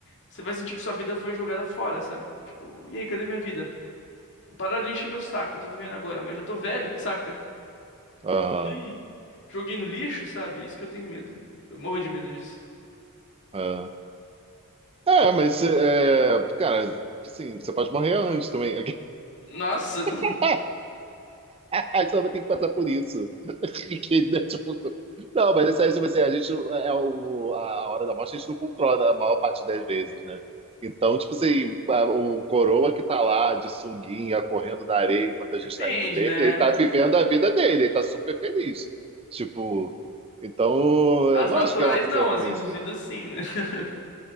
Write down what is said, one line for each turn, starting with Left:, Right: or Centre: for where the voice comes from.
Left: você vai sentir que sua vida foi jogada fora, sabe? Tipo, e aí, cadê minha vida? Parar de encher meu saco, tô vivendo agora, mas já tô velho, saca?
Right: ah,
Left: Ih, joguei no lixo, sabe? Isso que eu tenho medo. Eu morro de medo disso.
Right: ah. É, mas, é, cara, assim, você pode morrer antes também.
Left: Nossa, <laughs>
Right: <laughs> A gente só vai ter que passar por isso. <laughs> Que, né, tipo, Não, mas é sério, tipo assim, a gente é o, a hora da morte a gente não controla a maior parte das vezes, né? Então, tipo assim, a- o coroa que tá lá de sunguinha, correndo na areia enquanto a
Left: depende,
Right: gente tá rindo dele,
Left: né?
Right: ele tá vivendo a vida dele, ele tá super feliz. Tipo, então eu
Left: As
Right: não
Left: naturais
Right: acho que é uma coisa
Left: não,
Right: ruim,
Left: as induzidas
Right: assim.
Left: sim, né? <laughs>